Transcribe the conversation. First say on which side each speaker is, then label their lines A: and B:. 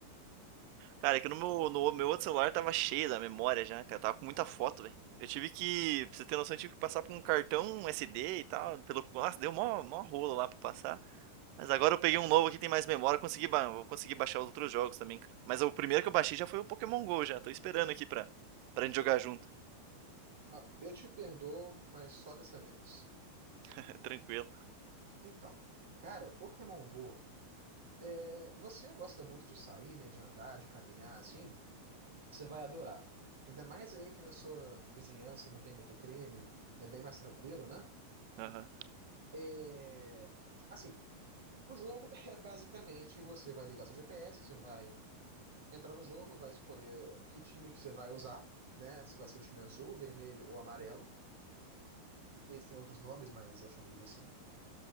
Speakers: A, on the right; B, on the right.
A: Cara, aqui no meu, no meu outro celular tava cheio da memória já, cara. Tava com muita foto, velho. Eu tive que, pra você ter noção, eu tive que passar por um cartão SD e tal. Pelo, nossa, deu mó, mó rolo lá pra passar. Mas agora eu peguei um novo aqui, tem mais memória. Consegui, ba- vou conseguir baixar os outros jogos também, cara. Mas o primeiro que eu baixei já foi o Pokémon GO já. Tô esperando aqui pra, pra gente jogar junto.
B: Ah, eu te perdoo, mas só dessa vez.
A: <laughs> Tranquilo.
B: Então, cara, o Pokémon Go, é, você gosta muito de sair, né? De andar, de caminhar, assim? Você vai adorar. Ainda mais aí que na sua vizinhança não tem muito crime, é bem mais tranquilo, né?
A: Aham.
B: É... Assim, o jogo <laughs> é basicamente você vai ligar seu GPS, você vai entrar no jogo, vai escolher que time que você vai usar, né? Se vai ser o time azul, vermelho ou amarelo. Eles têm outros nomes, mas eu chamo eles assim.